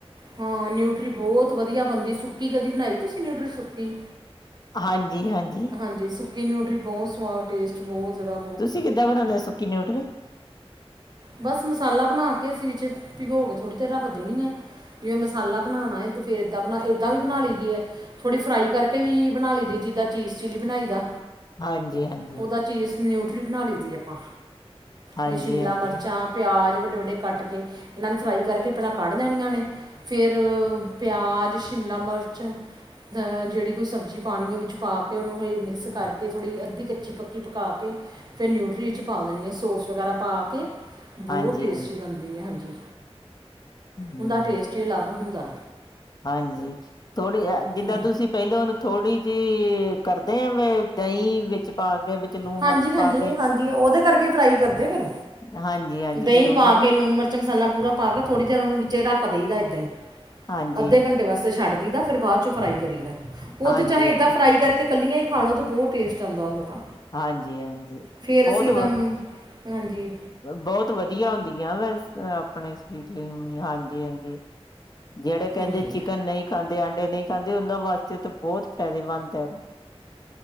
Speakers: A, on the right; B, on the left.
A: ਹਾਂ, ਨਿਊਟਰੀ ਬੌਤ ਵਦੀਆਂ ਬਣਦੀ, ਸੁੱਕੀ ਕਦੀ ਬਣਾਈ ਤੁਸੀਂ ਨਿਊਟਰੀ ਸੁੱਕੀ
B: ਹਾਂਜੀ-ਹਾਂਜੀ।
A: ਹਾਂਜੀ, ਸੁੱਕੀ ਨਿਊਟਰੀ ਬੌਤ ਸਵਾਦ ਟੇਸਟ ਬੌਤ ਜੈਦਾ
B: ਤੁਸੀਂ ਕਿੱਦਾਂ ਬਣਾਉਂਦੇ ਸੁੱਕੀ ਨਿਊਟਰੀ?
A: ਬਸ ਮਸਾਲਾ ਬਣਾ ਕੇ ਅਸੀਂ ਵਿੱਚ ਭਿਗੋ ਕੇ ਥੋੜ੍ਹੀ ਦੇਰ ਰੱਖ ਦੇਣੀ ਐ। ਜਿਵੇਂ ਮਸਾਲਾ ਬਣਾਉਣਾ ਏ ਤੇ ਫਿਰ ਇੱਦਾਂ ਬਣਾ ਏਦਾਂ ਵੀ ਬਣਾ ਲਈ ਦੀ ਐ, ਥੋੜ੍ਹੀ ਫਰਾਈ ਕਰਕੇ ਵੀ ਬਣਾ ਲਈ ਦੀ ਜਿੱਦਾਂ ਚੀਜ਼ ਚੀਲੀ ਬਣਾਈ ਦਾ।
B: ਹਾਂਜੀ ਹਾਂਜੀ
A: ਉਹਦਾ ਚੀਜ਼ ਨਿਊਟਰੀ ਬਣਾ ਲਈ ਦੀ ਆਪਾਂ,
B: ਹਾਂਜੀ
A: ਉਹ ਸ਼ਿਮਲਾ
B: ਹਾਂਜੀ ਹਾਂਜੀ
A: ਮਿਰਚਾਂ ਪਿਆਜ ਵੱਡੇ ਵੱਡੇ ਕੱਟ ਕੇ ਇਹਨਾਂ ਨੂੰ ਫਰਾਈ ਕਰਕੇ ਪਹਿਲਾਂ ਕੱਢ ਲੈਣੀਆਂ ਨੇ ਫਿਰ ਪਿਆਜ਼, ਸ਼ਿਮਲਾ ਮਿਰਚ ਜਿਹੜੀ ਕੋਈ ਸਬਜ਼ੀ ਪਾਣੀਆਂ ਵਿੱਚ ਪਾ ਕੇ ਉਹਨੂੰ ਇਹ ਮਿਕਸ ਕਰਕੇ ਥੋੜ੍ਹੀ ਅੱਧੀ ਕੱਚੀ ਪੱਕੀ ਪਕਾ ਕੇ ਫਿਰ ਨਿਊਟਰੀ ਵਿੱਚ ਪਾ ਦੇਣੀ ਆ, ਸੋਸ ਵਗੈਰਾ ਪਾ ਕੇ ਬਹੁਤ
B: ਹਾਂਜੀ
A: ਟੇਸਟੀ ਬਣਦੀ ਆ, ਹਾਂਜੀ
B: ਹਾਂਜੀ
A: ਹੁੰਦਾ
B: ਹਾਂਜੀ
A: ਟੇਸਟ ਹੀ ਅਲੱਗ ਹੁੰਦਾ।
B: ਹਾਂਜੀ, ਥੋੜੇ ਜਿੱਦਾਂ
A: ਹਮ।
B: ਤੁਸੀਂ ਪਹਿਲਾਂ ਉਹਨੂੰ ਥੋੜੀ ਜਿਹੀ ਕਰਦੇ ਆ ਵੀ ਦਹੀਂ ਵਿੱਚ ਪਾ ਕੇ ਵਿਚ ਲੂਣ
A: ਹਾਂਜੀ-ਹਾਂਜੀ-ਹਾਂਜੀ,
B: ਮਿਰਚ ਪਾ ਕੇ
A: ਉਹਦੇ ਕਰਕੇ ਫਰਾਈ ਕਰਦੇ ਫਿਰ
B: ਹਾਂਜੀ ਹਾਂਜੀ
A: ਦਹੀਂ
B: ਫੇਰ ਉਹਦੇ
A: ਪਾ
B: ਨਾਲ
A: ਕੇ ਲੂਣ ਮਿਰਚ ਮਿਰਚ ਮਸਾਲਾ ਪੂਰਾ ਪਾ ਕੇ ਥੋੜੀ ਦੇਰ ਉਹਨੂੰ ਵਿੱਚ ਰੱਖ ਦੇਈ ਦਾ ਏਦਾਂ ਹੀ
B: ਹਾਂਜੀ
A: ਅੱਧੇ ਘੰਟੇ ਵਾਸ ਛੱਡ ਦਾ ਫਿਰ ਬਾਅਦ ਚ ਫਰਾਈ ਕਰੀ ਦਾ ਉਹ
B: ਹਾਂਜੀ
A: ਤੇ ਚਾਹੇ
B: ਹਾਂਜੀ
A: ਏਦਾਂ ਫਰਾਈ ਕਰਕੇ ਕੱਲੀਆ। ਖਾਣੋ ਤਾਂ ਬਹੁਤ ਟੇਸਟ ਆਦਾ ਉਹਦਾ
B: ਹਾਂਜੀ-ਹਾਂਜੀ
A: ਫਿਰ
B: ਬਹੁਤ
A: ਅਸੀਂ ਇਹਦਮ ਹਾਂਜੀ।
B: ਬਹੁਤ ਵਧੀਆ ਹੁੰਦੀਆਂ ਵੈਸ ਆਪਣੇ ਸਰੀ ਹਾਂਜੀ- ਹਾਂਜੀ। ਜਿਹੜੇ ਕਹਿੰਦੇ
A: ਹਾਂਜੀ
B: ਚਿਕਨ ਨਹੀਂ ਖਾਂਦੇ, ਆਂਡੇ ਨਹੀਂ ਖਾਂਦੇ, ਉਹਨਾਂ ਵਾਸਤੇ ਤਾਂ ਬਹੁਤ ਫਾਇਦੇਮੰਦ ਏ।